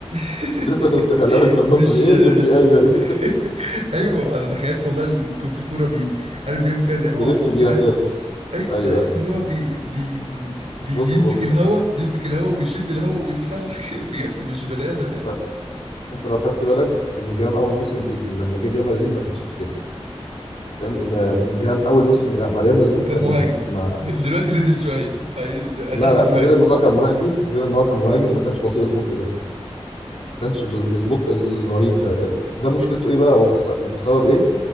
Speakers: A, on the right; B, on the left.
A: <laughs>
B: لسه كنت هكلمك في النقطه
A: مش
B: دي ايه اللي بيقل
A: <laughs> ايوه انا تخيلت والله ال- كان في كوره بي عارف بيعمل فيها
B: <laughs>
A: زي امام
B: بيلف
A: عاشور
B: بيها
A: كده
B: كده
A: اي تحس
B: ايوه ايوه
A: ان هو بي بي بي بي
B: بص
A: بيمسك
B: بص
A: الهوا
B: بص
A: بيمسك الهوا ويشد الهوا ويتحرك <laughs> بجد مش بني ادم
B: انت
A: يعني
B: انت لو خدت بالك بلينجهام اول موسم جي... لما جه ريال مدريد ما كانش كده ريال- ما- بلينجهام اول موسم مع ريال مدريد
A: كان
B: كان
A: مهاجم
B: ما...
A: <laughs> دلوقتي نزل شويه بقى ي-
B: لا
A: تحت
B: لا
A: المهاجم
B: غير ان هو كان مهاجم غير ان هو كان مهاجم ما كانش بطيء البطء ده ما كانش بال- بالبطء الرهيب ده ده مشكلته ايه بقى أو الس- بسبب ايه